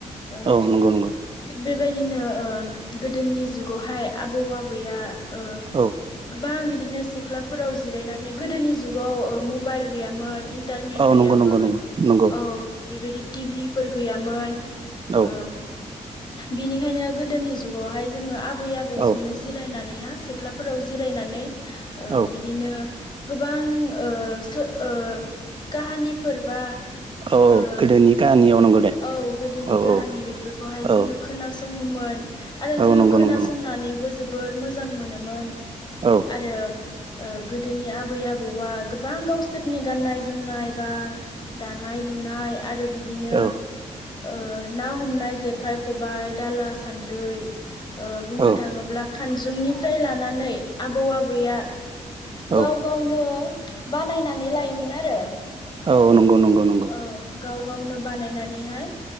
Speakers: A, on the left; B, on the right.
A: ओ
B: औ नंगौ नंगौ
A: थिग बेबायदिनो ओ गोदोनि जुगावहाय आबौ आबैया ओ
B: औ
A: गोबां बिदिनो सिथ्लाफोराव जिरायनानै गोदोनि जुगाव ओ मबाइल गैयामोन इन टारनेट
B: औ
A: गैयामोन
B: नंगौ नंगौ नंगौ नंगौ
A: औ बेबायदि टिभि फोर गैयामोन
B: औ
A: ओ बिनिखायनो गोदोनि जुगावहाय जोङो आबै आबौजोंनो
B: औ
A: जिरायनानैहा सिथ्ला फ्राव जिरायनानै ओ
B: औ
A: बि दिनो गोबां ओ सो ओ काहानिफोर बा ओ
B: औ गोदोनि काहानियाव नंगौ दे
A: औ गोदोनि
B: औ
A: काहानि
B: औ
A: बेफोरखौहाय जोङो
B: औ
A: खोनासङोमोन आरो
B: औ
A: जोङो
B: नंगौ
A: खोनासंनानैबो
B: नंगौ नंगौ
A: जोबोर मोजां मोनोमोन
B: औ
A: आरो ओ गोदोनि आबै-आबौआ गोबां गावसोरनि गाननाय जोमनाय बा दानाय लुनाय आरो बिदिनो
B: औ
A: ओ ना हमनाय जेखाइ खबाय दाला सान्द्रै ओ बुंनो
B: औ
A: थाङोब्ला खानजुंनिफ्राय लानानै आबौ-आबैया
B: औ
A: गाव गावनो बानायनानै लायोमोन आरो।
B: औ नोंगौ नोंगौ नं
A: औ गाव गावनो बानायनानैहाय